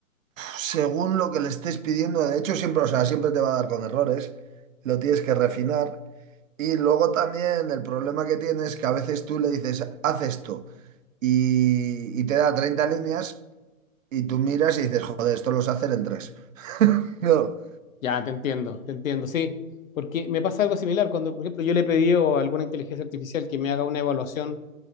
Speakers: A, on the right; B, on the left.
A: Según lo que le estés pidiendo, de hecho, siempre, o sea, siempre te va a dar con errores. Lo tienes que refinar. Y luego también el problema que tienes es que a veces tú le dices, haz esto, y, y te da 30 líneas, y tú miras y dices, joder, esto lo sé hacer en tres. <laughs> No.
B: Ya, te entiendo, te entiendo, sí. Porque me pasa algo similar cuando, por ejemplo, yo le he pedido a alguna inteligencia artificial que me haga una evaluación